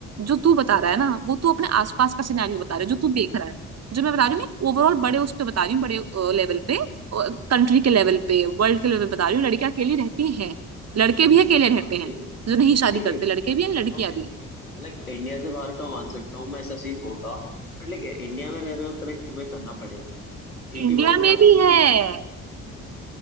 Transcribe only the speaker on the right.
जो तू बता रहा है ना वो तू अपने आसपास का सिनेरियो बता रहा है जो तू देख रहा है जो मैं बता रही हूँ मैं ओवरऑल बड़े उस पे बता रही हूँ बड़े लेवल पे कंट्री के लेवल पे वर्ल्ड के लेवल पे बता रही हूँ लड़कियां अकेली रहती हैं लड़के भी अकेले रहते
हैं
जो नहीं शादी
करते
लड़के भी हैं लड़कियां
भी हैं।
इंडिया
में
भी है